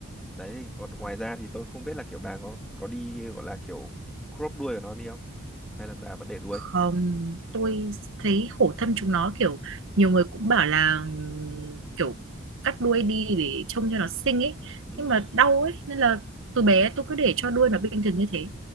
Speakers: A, in the centre; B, on the right.
A: đấy thì còn ngoài ra thì tôi không biết là kiểu bà có có đi gọi là kiểu crop đuôi của nó đi không hay là bà vẫn để đuôi
B: Không, tôi thấy khổ thân chúng nó kiểu nhiều người cũng bảo là ừm, kiểu cắt đuôi đi để trông cho nó xinh ấy
A: ừ.
B: nhưng mà đau ấy nên là từ bé tôi cứ để cho đuôi nó bình thường như thế